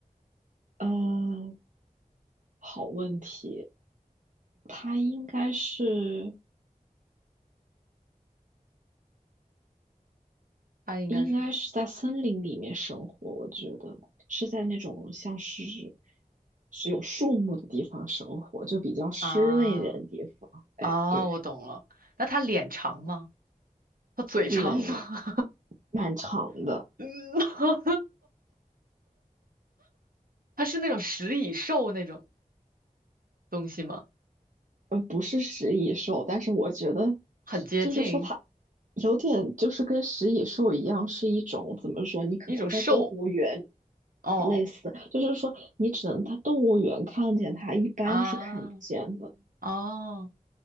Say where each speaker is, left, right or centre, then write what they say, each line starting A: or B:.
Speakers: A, on the right; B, on the right.
A: 嗯，好问题，它应该是。
B: 它应该是
A: 应该是在森林里面生活，我觉得是在那种像是是有树木的地方生活，就比较湿润一点的地方。
B: 啊
A: 哎，
B: 啊，
A: 对，
B: 我懂了。那它脸长吗？它嘴长吗？
A: 脸蛮长的，
B: <laughs> 嗯，<laughs> 它是那种食蚁兽那种东西吗？
A: 呃，不是食蚁兽，但是我觉得
B: 很接近
A: 就是说它有点就是跟食蚁兽一样，是一种怎么说？你可能在动物园
B: 一种兽哦。
A: 类似，就是说你只能在动物园看见它，一般是看不见的。
B: 啊，哦，